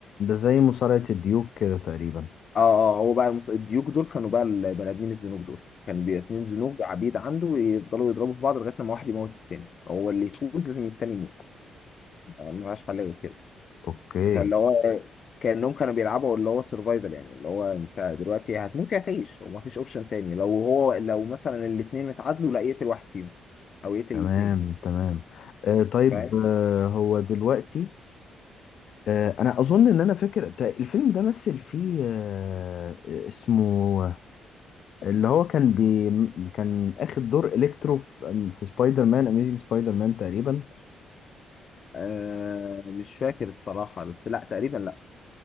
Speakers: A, on the left; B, on the left.
A: ده زي مصارعة الديوك كده تقريبا
B: اه اه آه، هو بقى المس... الديوك دول كانوا بقى البني ادمين الزنوج دول كانوا بي اتنين زنوج عبيد عنده يفضلوا يضربوا في بعض لغايه لما واحد يموت التاني هو اللي يفوز لازم التاني يموت ما لهاش حل غير كده
A: اوكي
B: فاللي هو كأنهم كانوا بيلعبوا اللي هو سرفايفل يعني اللي هو انت دلوقتي هتموت يا هتعيش ومفيش اوبشن تاني لو هو لو مثلا الاثنين اتعادلوا لا يقتل واحد فيهم او يقتل
A: تمام
B: الاثنين
A: تمام آه طيب
B: فاهم
A: آه هو دلوقتي آه انا اظن ان انا فاكر تا- الفيلم ده مثل فيه آه آه، اسمه اللي هو كان بي كان اخد دور الكترو في, في سبايدر مان اميزing سبايدر مان تقريبا
B: آه مش فاكر الصراحة بس لا تقريبا لا